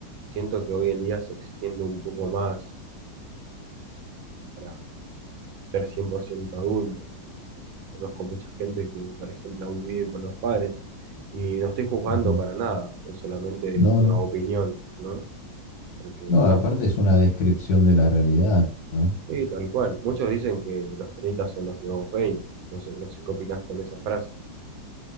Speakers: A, on the right; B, on the left.
A: Siento que hoy en día se extiende un poco más para ser 100% adulto. Conozco mucha gente que, por ejemplo, aún viven con los padres y no estoy juzgando
B: Ujú.
A: para nada, es solamente
B: No,
A: una
B: no.
A: opinión, ¿no? Porque
B: No,
A: conozco.
B: aparte es una descripción de la realidad, ¿no?
A: Sí, tal cual. Muchos dicen que los 30 son los nuevos 20. No sé, no sé qué opinás con esa frase.